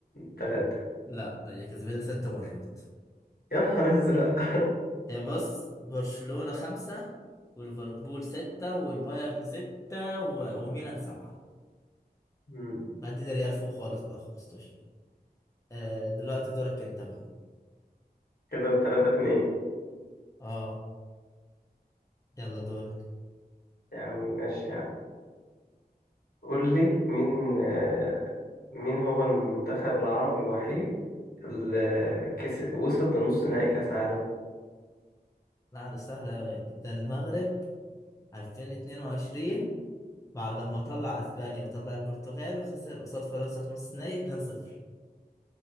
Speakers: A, on the left (about 70°); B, on the left (about 20°).
A: تلاتة
B: لا هي كسبتها ست مرات
A: يا نهار أزرق <laughs>
B: هي بص برشلونة خمسة وليفربول ستة والبايرن ستة و... وميلان سبعة
A: مم.
B: بعدين ريال فوق خالص بقى 15 آه دلوقتي دورك انت بقى
A: كده تلاتة اتنين
B: اه يلا دورك
A: يا عم ماشي يا عم. قول لي مين آه، مين هو المنتخب العربي الوحيد اللي كسب وصل لنص نهائي كأس عالم
B: لا ده سهل اوي دي. ده المغرب 2022 بعد ما طلع اسبانيا وطلع البرتغال وخسر قصاد فرنسا في نص نهائي 2-0